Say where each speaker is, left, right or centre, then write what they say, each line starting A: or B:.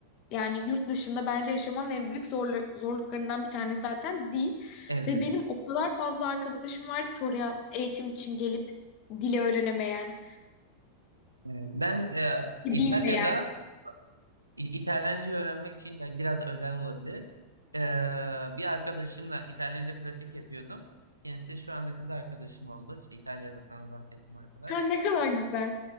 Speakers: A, on the left; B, on the right.
A: yani yurt dışında bence yaşamanın en büyük zorlu- zorluklarından bir tanesi zaten dil.
B: Evet.
A: Ve benim o kadar fazla arkadaşım vardı ki oraya eğitim için gelip dili öğrenemeyen,
B: Evet. Ben e,
A: bilmeyen.
B: İtalya'da İ- İtalyanca öğrenmek için belki biraz da özel olabilir. E, bir arkadaşımla İtalyanca pratik yapıyordum. Kendisi şu anda kız arkadaşım oldu. İşte İtalya'da sana bahsettiğim arkadaş.
A: Ha, ne kadar güzel.